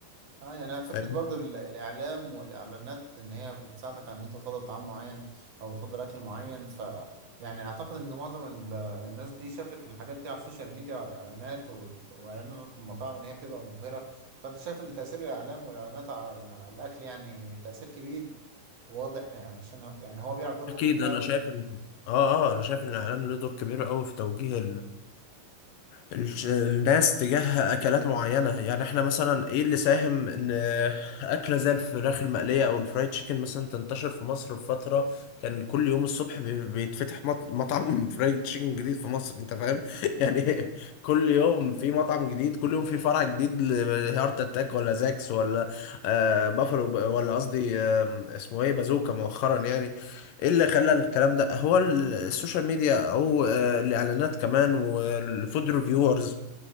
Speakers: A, on the right (about 50°); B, on the left (about 75°).
A: اه يعني انا فكره
B: فاهم
A: برضو ال- الاعلام والاعلانات ان هي بتساعدك على ان انت تفضل طعام معين او بتفضل اكل معين ف يعني اعتقد ان معظم ال- الناس دي شافت الحاجات دي على السوشيال ميديا وعلى الاعلانات وال- واعلانات المطاعم ان هي بتبقى مبهره فانت شايف ان تاثير الاعلام والاعلانات على على الاكل يعني تاثير كبير واضح يعني عشان هو- يعني هو بيلعب دور
B: اكيد
A: مهم فعلا
B: انا شايف ان اه اه انا شايف ان الاعلام له دور كبير قوي في توجيه الج- الناس تجاه اكلات معينه يعني احنا مثلا ايه اللي ساهم ان اكله زي الفراخ المقليه او الفرايد تشيكن مثلا تنتشر في مصر بفتره كان كل يوم الصبح بي- بيتفتح مط- مطعم <laughs> فرايد تشيكن جديد في مصر انت فاهم <laughs>
A: مم.
B: يعني كل يوم في مطعم جديد كل يوم في فرع جديد لهارت اتاك ولا زاكس ولا آه بافلو ولا قصدي آه اسمه ايه بازوكا مؤخرا يعني ايه اللي خلى الكلام ده هو ال- السوشيال ميديا او آه، الاعلانات كمان والفود ريفيورز